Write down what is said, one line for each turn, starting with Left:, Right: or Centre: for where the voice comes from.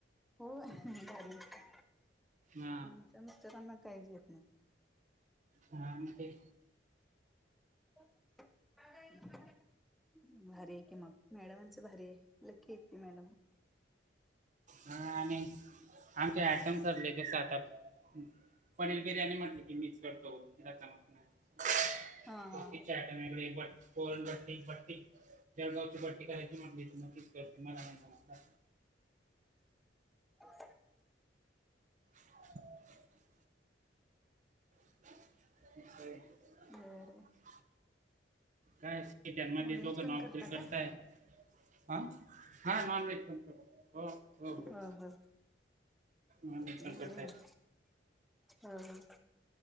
Centre: हो भारीय की,
Right: हा
Centre: आमच्या मिस्टरांना काहीच येत नाही.
Right: हा आणि ते
Centre: <unintelligible> भारी आहे की मग मॅडमांचं भारी आहे. लकी आहेत की मॅडम.
Right: हा आणि आमचे आटम चालले ते सात आठ. पनीर बिर्याणी म्हटली की मीच करतो. तीला जमत नाही. <unintelligible>
Centre: हा.
Right: भट्टी बट्टी जळगावची भट्टी करायची म्हटलीसना तिच करते मला नाही जमत.
Centre: <inaudible>
Right: <inaudible> <unintelligible>
Centre: बर बर
Right: काय अस की जन्म <unintelligible>
Centre: नॉनव्हेज
Right: की
Centre: पण
Right: नोकरी
Centre: करता
Right: करताय.
Centre: काय?
Right: आ. हा नॉनव्हेज पण करतोय. हो ओके
Centre: ह
Right: ओके.
Centre: ह
Right: माझ
Centre: बर.
Right: तस काय
Centre: हा हा.